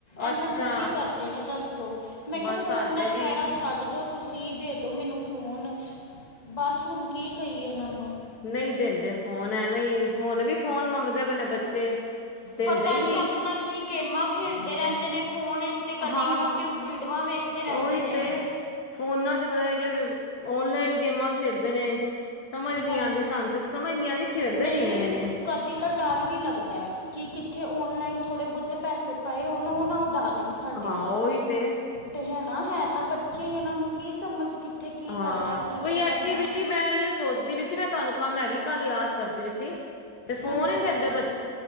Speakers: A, on the left; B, on the left.
A: ਐਨਾ
B: ਅੱਛਾ
A: ਦੁਖੀ ਕਰਦੇ ਨੇ, ਦੱਸੋ ਮੈਂ ਕੇਆ
B: ਬਸ
A: ਫੋਨ
B: ਸਾਡੇ
A: ਦਾ
B: ਵੀ
A: ਖੈਹੜਾ ਛੱਡ ਦੋ ਤੁਸੀਂ, ਦੇ ਦੋ ਮੈਨੂੰ ਫੋਨ ਬਸ ਹੁਨ ਕੀ ਕਈਏ ਏਨਾਂ ਨੂੰ।
B: ਨਈਂ ਦੇਂਦੇ ਫੋਨ, ਐਵੇਂ ਈ ਹੁਨ ਵੀ ਫੋਨ ਮੰਗਦੇ ਪਏ ਨੇ, ਬੱਚੇ। ਦਿੰਦੇ
A: ਪਤਾ
B: ਹੀ
A: ਨੀਂ
B: ਨਹੀਂ
A: ਆਪਨਾ ਕੀ ਗੇਮਾਂ ਖੇਡਦੇ ਰੈਂਦੇ ਨੇ, ਫੋਨ 'ਚ ਤੇ ਕਦੀ,
B: ਹਾਂ
A: ਯੂ ਟਿਊਬ ਵੀਡੂਆਂ ਵੇਖਦੇ ਰੈੰਦੇ
B: ਉਹੀ
A: ਨੇ।
B: ਤੇ ਫੋਨਾਂ ਚ ਪਤਾ ਨੀਂ ਕੀ ਓਨਲਾਈਨ ਗੇਮਾਂ ਖੇਡਦੇ ਨੇ। ਸਮਝ ਨੀ
A: ਹਾਂਜੀ,
B: ਆਉਂਦੀ ਸਾਨੂੰ ਤੇ ਸਮਝ ਨੀ ਆਉਂਦੀ ਖੇਡਦੇ
A: ਨਈਂ
B: ਕਿਵੇਂ ਨੇ
A: ਕਦੀ ਤਾਂ ਡਰ ਵੀ ਲੱਗਦੈ। ਕੀ, ਕਿੱਥੇ ਓਨਲਾਈਨ ਥੋੜੇ ਬੌਤੇ ਪੈਸੇ ਪਏ ਹੋਨ, ਓ ਨਾ ਉੱਡਾ ਦੇਨ ਸਾਡੇ।
B: ਹਾਂ ਉਹੀ ਤੇ
A: ਤੇ ਹੈ ਨਾ, ਹੈ ਤਾਂ ਬੱਚੇ ਈ ਇਨਾਂ ਨੂੰ ਕੀ ਸਮਝ ਕਿੱਥੇ ਕੀ
B: ਹਾਂ
A: ਕਰਨਾ, ਕੀ
B: ਕੋਈ
A: ਨਈਂ
B: ਐਕਟੀਵਿਟੀ
A: ਕਰਨਾ।
B: ਮੈਂ ਏਹੀਓ ਸੋਚਦੀ ਪਈ ਸੀ, ਮੈਂ ਤੁਆਨੂੰ ਕਹਾ ਮੈਂ ਵੀ ਕੱਲ ਯਾਦ ਕਰਦੀ ਪਈ ਸੀ, ਤੇ ਫੋਨ
A: ਹਾਂਜੀ
B: ਹੀ ਨਈਂ ਦੇਂਦੇ ਬੱ